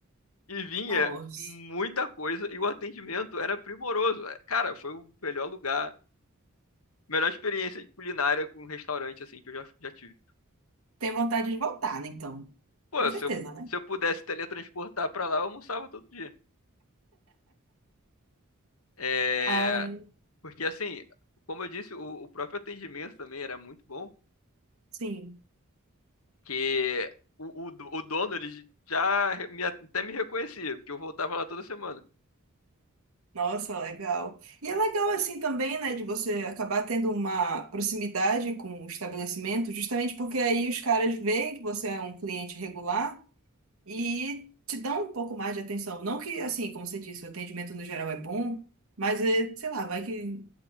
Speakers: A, on the left; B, on the right.
A: e vinha
B: Nossa.
A: muita coisa e o atendimento era primoroso. Cara, foi o melhor lugar, melhor experiência culinária com um restaurante assim que eu já, já tive.
B: Tem vontade de voltar, né, então?
A: Pô,
B: Com certeza,
A: se eu,
B: né?
A: se eu pudesse teletransportar pra lá, eu almoçava todo dia. É,
B: Ai,
A: porque assim, como eu disse, o, o próprio atendimento também era muito bom,
B: sim.
A: que o, o, do- o dono, ele já me, até me reconhecia, porque eu voltava lá toda semana.
B: Nossa, legal. E é legal assim também, né, de você acabar tendo uma proximidade com o estabelecimento, justamente porque aí os caras veem que você é um cliente regular e te dão um pouco mais de atenção. Não que, assim, como você disse, o atendimento no geral é bom, mas, é, sei lá, vai que